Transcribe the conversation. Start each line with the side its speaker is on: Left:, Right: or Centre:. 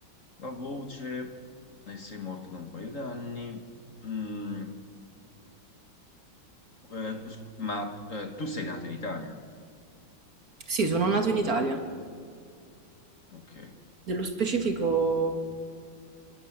Left: la voce e sei morto da un paio d'anni, Mm, eh, sc- ma eh, tu sei nato in Italia?
Right: Sì, sono nato in Italia.
Left: Ok.
Right: Nello specifico,